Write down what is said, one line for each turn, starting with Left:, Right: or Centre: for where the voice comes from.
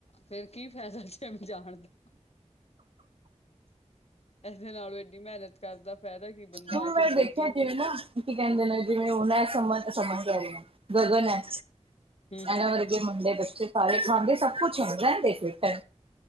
Left: ਫੇਰ ਕੀ ਫਾਇਦਾ ਜਿਮ ਜਾਣ ਦਾ ਇਹਦੇ ਨਾਲੋਂ ਇਡੀ ਮਿਹਨਤ ਕਰਦਾ ਫਾਇਦਾ ਕੀ ਬੰਦਾ
Right: ਹੁਣ
Left: ਆ
Right: ਮੈਂ
Left: ਕੇ ਪ੍ਰੋਟੀਨ
Right: ਦੇਖਿਆ
Left: ਪੀਂਦਾ
Right: ਜਿਵੇਂ ਨਾ ਕੀ ਕਹਿੰਦੇ ਨੇ ਜਿਵੇਂ ਉਹਨਾਂ ਸਮਨ ਗਗਨ ਹੈ
Left: ਹੂੰ।
Right: ਇਹਨਾਂ ਵਰਗੇ ਮੁੰਡੇ ਬੱਚੇ ਸਾਰੇ ਖਾਂਦੇ ਸਭ ਕੁਛ ਰਹਿੰਦੇ ਫਿੱਟ ਆ